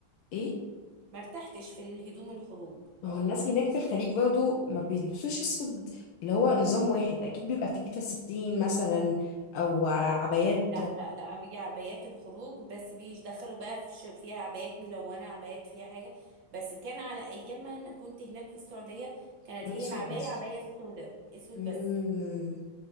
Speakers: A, on the left; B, on the right.
A: ايه
B: ما ارتحتش في الهدوم الخروج
A: ما
B: عموما
A: هو الناس هناك في الخليج برضه ما بيلبسوش اسود اللي هو نظام واحد اكيد بيبقى فيه فساتين مثلا او عبايات
B: لا لا لا هي عبايات الخروج بس بيدخلوا بقى في ش- فيها عبايات ملونة عبايات فيها حاجة بس كان على ايام ما انا كنت هناك في السعودية كانت هي
A: اسود
B: العباية
A: بس
B: عباية سوداء اسود
A: مم.
B: بس